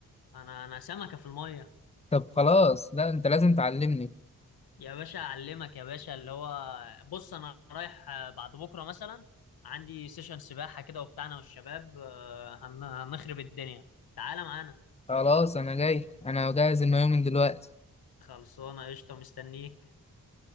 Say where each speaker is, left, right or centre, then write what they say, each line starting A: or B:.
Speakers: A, on the left (about 80°); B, on the left (about 15°).
A: انا انا سمكه في الميه
B: طب خلاص لا انت لازم تعلمني
A: يا باشا اعلمك يا باشا اللي هو بص انا رايح آه، بعد بكره مثلا عندي سيشن سباحه كده وبتاعنا والشباب آه، هن- هنخرب الدنيا تعالى معانا
B: خلاص انا جاي انا جاهز المايوه من دلوقتي
A: خلصانه قشطه مستنيك